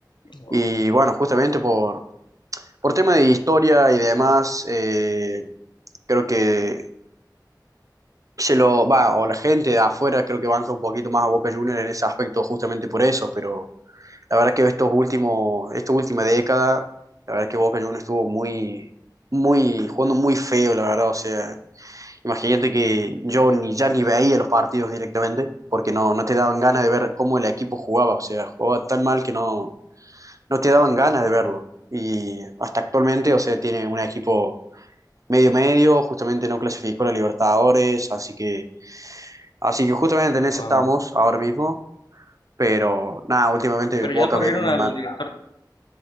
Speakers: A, on the left; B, on the right.
A: Oh,
B: Y bueno, justamente por, por tema de historia y demás, eh, creo que se lo va, o la gente de afuera creo que banca un poquito más a Boca Juniors en ese aspecto justamente por eso, pero la verdad que estos últimos, esta última década, la verdad que Boca Juniors estuvo muy, muy, jugando muy feo, la verdad. O sea, imagínate que yo ni ya ni veía los partidos directamente, porque no, no te daban ganas de ver cómo el equipo jugaba. O sea, jugaba tan mal que no, no te daban ganas de verlo. Y hasta actualmente, o sea, tiene un equipo medio medio, justamente no clasificó a la Libertadores, así que, así que justamente en eso
A: wow.
B: estamos ahora mismo. Pero nada, últimamente
A: Pero
B: Boca
A: ya corrieron
B: viene muy
A: al
B: mal.
A: director,